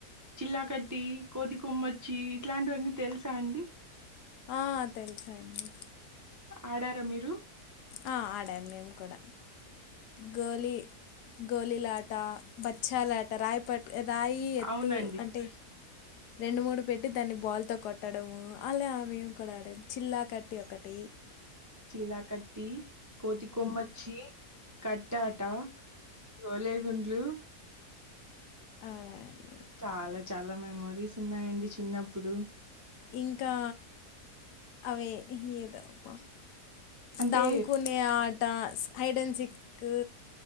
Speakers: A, on the right (about 30°); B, on the left (about 80°).
A: చిల్లా కట్టి కోతి కొమ్మ చ్చి ఇట్లాంటివన్నీ తెలుసా అండి
B: ఆ తెలుసాండి
A: ఆడారా మీరు
B: అ ఆడాం మేము కూడా గోలీ గోలీలాట పచ్చాలా రాయ పట్ రాయి ఎత్తు
A: అవునండి
B: అంటే రెండు మూడు పెట్టి దాన్ని బాల్తో కొ ట్టడము అల్ల ఆ మెము కూడా ఆడ చిల్లా కట్టి ఒకటి
A: చిల్లా కట్ టి కోతి కొమ్మచ్చి కట్టాట గోలే గుండ్లు
B: అరాయన్
A: చాలా చాలా మెమొరీస్ ఉన్నాయండి చిన్నప్పుడు
B: ఇంకా అవే ఏదమ్మ
A: అంటే
B: దాంకునే ఆట హైడన్ సిక్కు